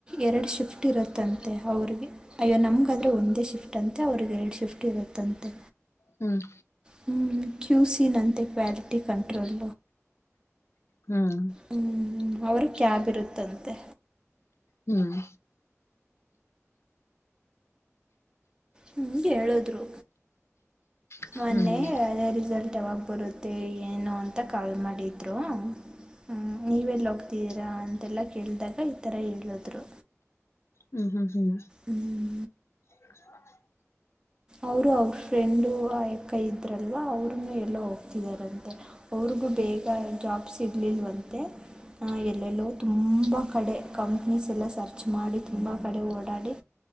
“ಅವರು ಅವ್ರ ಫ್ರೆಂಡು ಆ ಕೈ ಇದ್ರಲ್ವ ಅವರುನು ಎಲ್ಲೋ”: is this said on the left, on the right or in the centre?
Right